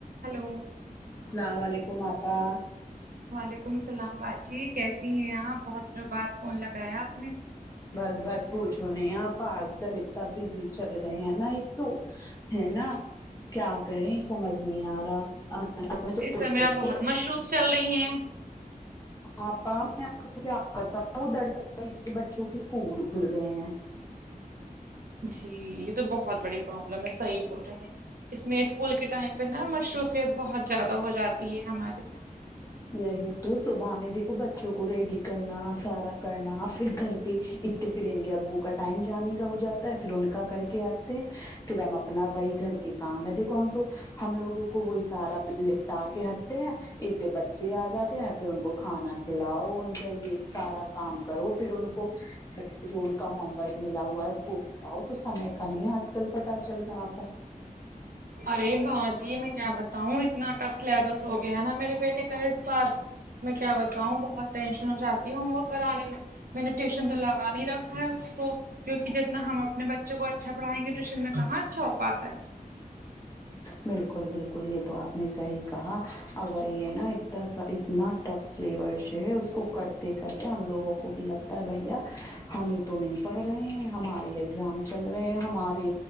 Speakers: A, on the right; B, on the left.
A: hello
B: السلام علیکم آپا
A: وعلیکم اسلام باجی کیسی ہیں آپ بہت دنوں بعد فون لگایا آپ نے
B: بس بس پوچھو نہیں آپا آج کل اتنا بزی چل رہے ہیں نا ایک تو ہے نا کیا کریں سمجھ نہیں آ رہا میں سوچ
A: اس سمے
B: رہی
A: آپ
B: تھی
A: بہت
B: کہ
A: مشروف چل رہی ہیں
B: آپ میںپ کیا <unintelligible> پتا وہ او <unintelligible> در سکتا بچوں کے اسکول کھل گئے ہیں
A: جی یہ تو بہت بڑی پرابلم ہے صحیح بول رہی ہیں اس میں اسکول کے ٹائم پہ نا مشروفیت بہت زیادہ ہو جاتی ہے ہمارے
B: یہی تو صبح میں دیکھو بچوں کو ریڈی کرنا سارا کرنا پھر گھر پہ اتے پھر ان کے ابو کا ٹائم جانے کا ہو جاتا ہے پھر ان کا کر کے ہٹتے ہیں پھر ہم اپنا وہی گھر کے کام ہے دیکھو ہم تو ہم لوگوں کو وہ اشارہ لپٹا کے ہٹتے ہیں یہ تو بچے چے آ جاتے ہیں پھر ان کو کھانا کھلاؤ ان کا یہ سارا کام کرو پھر ان کو جو ان کا ہوم ورک ملا ہوا ہے وہ آؤ تو سمے کا نہیں آج کل پتا چل رہا آپا
A: ارے باجی میں کیا بتاؤں اتنا ٹف سلیبس ہو گیا نا میرے بیٹے کا اس بار میں کیا بتاؤں بہت ٹینشن ہو جاتی ہے ہوم ورک کرانے میں میں نے ٹیوشن تو لگا نہیں رکھا ہے اس کو کیونکہ جتنا ہم اپنے بچوں کو اچھا پڑھائیں گے ٹیوشن میں کہاں اچھا ہو پاتا ہے
B: بالکل بالکل یہ تو آپ نے صحیح کہا اگر یہ نا اتنا سا اتنا ٹف سلیبرش ہے اس کو کرتے کرتے ہم لوگوں کو بھی لگتا ہے بھیا ہمیں تو نہیں پڑھ رہے ہیں ہمارے اگزام چل رہے ہیں ہمارے